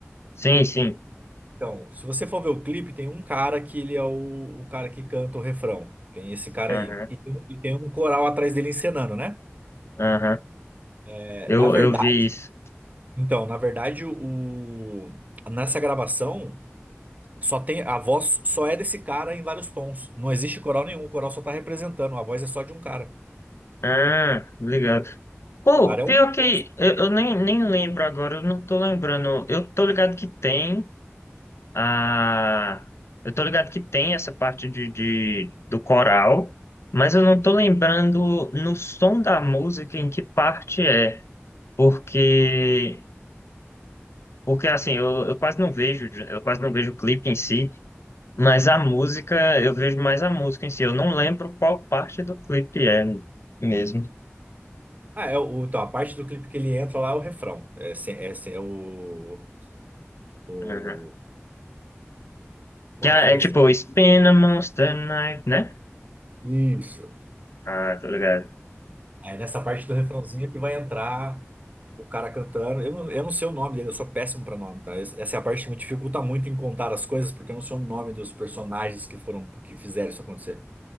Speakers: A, on the left; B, on the right.
A: sim, sim.
B: Então, se você for ver o clipe, tem um cara que ele é o, o cara que canta o refrão. Tem esse cara
A: Aham,
B: aí. E tem, um, e tem um coral atrás dele encenando, né?
A: aham.
B: É,
A: Eu,
B: na verdade,
A: eu vi isso.
B: então, na verdade, o, nessa gravação, só tem, a voz só é desse cara em vários tons. Não existe coral nenhum, o coral só tá representando, a voz é só de um cara.
A: Ah, obrigado. Pô,
B: O cara é
A: pior
B: um
A: que
B: monstro.
A: eu, eu nem, nem lembro agora, eu não tô lembrando. Eu tô ligado que tem a. Eu tô ligado que tem essa parte de, de, do coral, mas eu não tô lembrando no som da música em que parte é. Porque Porque assim, eu, eu quase não vejo, eu quase não vejo o clipe em si, mas a música, eu vejo mais a música em si. Eu não lembro qual parte do clipe é mesmo.
B: Ah, é, o, então, a parte do clipe que ele entra lá é o refrão. É, se- é, se- é o, o-
A: Uhum. Que
B: O refrãozinho.
A: é, é tipo Spin a Monster Night, né?
B: Isso.
A: Ah, tô ligado.
B: É nessa parte do refrãozinho que vai entrar o cara cantando. Eu não, eu não sei o nome dele, eu sou péssimo pra nome, tá? Esse- Essa é a parte que me dificulta muito em contar as coisas, porque eu não sei o nome dos personagens que foram, que fizeram isso acontecer.